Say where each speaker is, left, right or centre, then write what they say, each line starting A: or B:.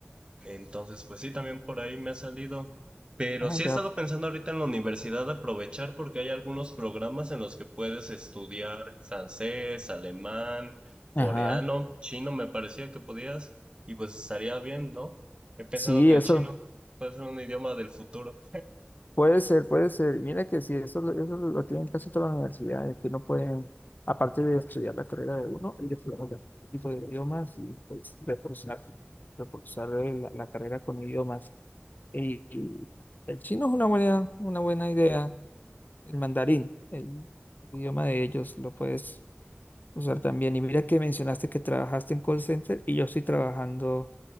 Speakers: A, on the right; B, on the left.
A: Entonces, pues sí, también por ahí me ha salido. Pero
B: ay,
A: sí he
B: vea,
A: estado pensando ahorita en la universidad aprovechar porque hay algunos programas en los que puedes estudiar francés, alemán, coreano,
B: Ajá.
A: chino, me parecía que podías. Y pues estaría bien, ¿no? He pensado
B: Sí,
A: que
B: eso
A: el chino puede ser un idioma del futuro.
B: puede ser, puede ser. Mira que sí, eso, lo- eso lo tienen casi todas las universidades, que no pueden, aparte de estudiar la carrera de uno, y de otro tipo de idiomas y pues reforzar, reforzar la, la carrera con idiomas. Y, y el chino es una buena, una buena idea, el mandarín, el, idioma de ellos, lo puedes usar también. Y mira que mencionaste que trabajaste en call center y yo estoy trabajando